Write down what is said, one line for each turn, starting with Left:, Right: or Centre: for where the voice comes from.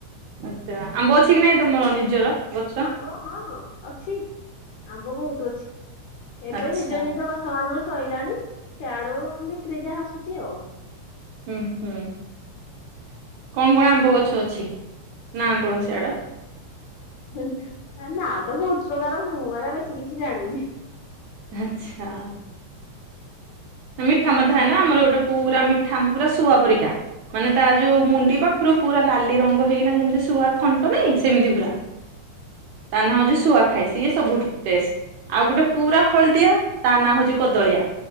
Right: ଆଛା ଆମ୍ବ ଅଛି କି ନାହିଁ ତମର ନିଜର ଗଛ?
Left: ଓ ହଁ ଅଛି ଆମ୍ବ ବହୁତ ଅଛି ଏବେ
Right: ଆଚ୍ଛା
Left: ନିଜ ନିଜଗ ଛୟା ନଵେ ସଇଲାଣି ସିଆଡୁ ବିକ୍ରି ଯାହା ଆସୁଚି ଆଉ।
Right: ହୁଁ ହୁଁ କଣ କଣ ଆମ୍ବ ଗଛ ଅଛି ନା କଣ ସିଆଡ?
Left: ନା ତ ବହୁତ୍ ପ୍ରକାର ମୁଁ ଏରା ବେଶୀ କିଛି ଜାଣିନି।
Right: ଆଚ୍ଛା। ମିଠା ଆମର ଥାଏ ନା ଆମର ଗୋଟେ ପୁରା ମିଠା ପୁରା ଶୁଆ ପରିକା। ମାନେ ତା ଯୋଉ ମୁଣ୍ଡି ପାଖରୁ ପୁରା ଲାଲି ରଙ୍ଗ ହେଇକିନା ଯେମିତି ଶୁଆ ଥଣ୍ଟ ନାଇଁ ସେମିତି ପୁରା। ତା ନାଁ ହଉଛି ସୁଆ। ଖାଇ ସିଏ ସବୁଠୁ ଟେଷ୍ଟ ଆଉ ଗୋଟେ ପୁରା ହଳଦିଆ ତା ନାଁ ହଉଛି କଦଳିଆ।